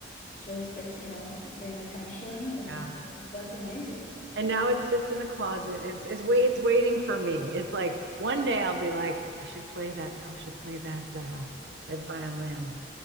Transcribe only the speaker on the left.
shows that, you know, he's paying attention and,
and that's amazing.